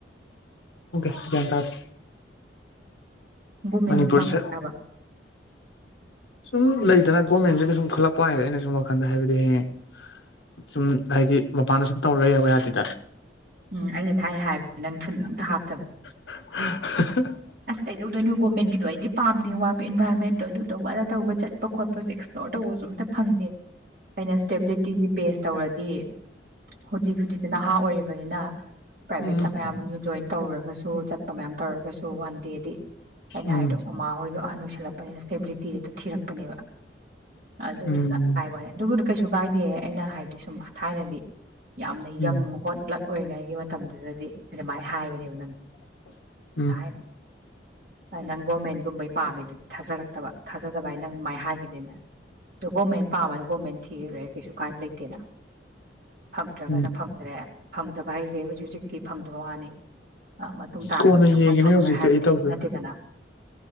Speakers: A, on the left; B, on the right.
A: ꯒꯤꯌꯟ ꯇꯥꯗꯦ
B: ꯒꯣꯔꯃꯦꯟꯒꯤ
A: ꯃꯅꯤꯄꯨꯔꯁꯦ
B: ꯄꯥꯝꯕ
A: ꯁꯨꯝ ꯂꯩꯗꯅ ꯒꯣꯃꯦꯟꯠ ꯁꯨꯝ ꯈꯜꯂꯛꯄ ꯍꯥꯏꯗ ꯑꯩꯅ ꯁꯨꯝ ꯋꯥꯈꯟꯗ ꯍꯥꯏꯕꯗꯤ ꯍꯌꯦꯡ ꯁꯨꯝ ꯍꯥꯏꯗꯤ ꯃꯄꯥꯟꯗ ꯁꯨꯝ ꯇꯧꯔ ꯌꯋ ꯌꯥꯗꯦꯗ ꯫
B: ꯎꯝ ꯑꯩꯅ ꯊꯥꯏꯅ ꯍꯥꯏꯕ ꯅꯪ ꯊꯨꯟꯗ ꯑꯝꯇ ꯍꯥꯞꯇꯝ
A: <unintelligible>
B: <unintelligible> <unintelligible> <unintelligible> ꯄꯥꯝꯗꯦ ꯋꯥꯕ ꯏꯟꯚꯥꯏꯔꯣꯟꯃꯦꯟꯇꯣ ꯑꯗꯨꯗ ꯋꯥꯅ ꯇꯧꯕ ꯆꯠꯄ ꯈꯣꯠꯄꯁꯦ ꯑꯦꯛꯁꯄ꯭ꯂꯣꯔ ꯇꯧꯕꯁꯨ ꯑꯝꯇ ꯐꯪꯗꯦ ꯑꯩꯅ ꯏꯁꯇꯦꯕꯤꯂꯤꯇꯤꯒꯤ ꯕꯦꯖ ꯇꯧꯔꯗꯤ ꯍꯨꯖꯤꯛ ꯍꯨꯖꯤꯛꯇꯤ ꯅꯍꯥ ꯑꯣꯏꯔꯤ ꯕꯅꯤꯅ ꯄ꯭ꯔꯥꯏꯚꯦꯠꯇ
A: ꯎꯝ
B: ꯃꯌꯥꯝ ꯖꯣꯏꯟ ꯇꯧꯔꯨꯔꯒꯁꯨ ꯆꯠ ꯃꯌꯥꯝ ꯇꯧꯔꯒꯁꯨ <unintelligible> <unintelligible> ꯑꯩꯅ
A: ꯎꯝ
B: ꯍꯥꯏꯗꯣ ꯃꯃꯍꯣꯏꯒ ꯑꯍꯟ ꯑꯣꯏꯁꯜꯂꯛꯄꯅꯤꯅ ꯏꯁꯇꯦꯕꯤꯂꯤꯇꯤ ꯍꯦꯛꯇ ꯊꯤꯔꯛꯄꯅꯦꯕ ꯑꯗꯨꯗꯨꯅ
A: ꯎꯝ
B: ꯍꯥꯏꯕꯋꯥꯅꯦ ꯑꯗꯨꯕꯨꯗꯤ ꯀꯩꯁꯨ ꯀꯥꯏꯗꯦ ꯑꯩꯅ ꯍꯥꯏꯗꯤ ꯁꯨꯝ ꯊꯥꯏꯅꯗꯤ ꯌꯥꯝꯅ
A: ꯎꯝ
B: ꯌꯪ <unintelligible> ꯑꯣꯏꯔꯤꯉꯩꯒꯤ ꯃꯇꯝꯗꯨꯗꯗꯤ ꯑꯗꯨꯃꯥꯏꯅ ꯍꯥꯏꯕꯅꯦꯕ ꯅꯪ
A: <unintelligible>
B: <unintelligible> <unintelligible> ꯄꯥꯝꯃꯦ ꯊꯥꯖꯔꯛꯇꯕ ꯊꯥꯖꯗꯕ ꯍꯥꯏ ꯅꯪ ꯃꯥꯏꯅ ꯍꯥꯏꯈꯤꯕꯅꯤꯅ ꯑꯗꯣ ꯒꯣꯔꯃꯦꯟ ꯄꯥꯝꯝꯕꯅ ꯒꯣꯔꯃꯦꯟ ꯊꯤꯔꯨꯔꯦ ꯀꯩꯁꯨ ꯀꯥꯏꯕ ꯂꯩꯇꯦꯅ ꯐꯪꯗ꯭ꯔꯒꯅ
A: ꯎꯝ
B: ꯐꯪꯗ꯭ꯔꯦ ꯍꯪ ꯐꯪꯗꯕꯥ ꯍꯥꯏꯁꯦ ꯍꯧꯖꯤꯛ ꯍꯧꯖꯤꯛꯀꯤ ꯐꯪꯗꯕ ꯋꯥꯅꯤ ꯃꯇꯨꯡ ꯇꯥꯔꯛꯄꯗ
A: ꯀꯣꯟꯅ
B: <unintelligible>
A: ꯌꯦꯡꯉꯤꯅꯦ
B: ꯐꯪꯉꯔꯣꯏ
A: ꯍꯧꯖꯤꯛꯇꯤ
B: ꯍꯥꯏꯕꯗꯤ
A: ꯑꯩ ꯇꯧꯗꯣꯏꯅꯦ
B: ꯅꯠꯇꯦꯗꯅ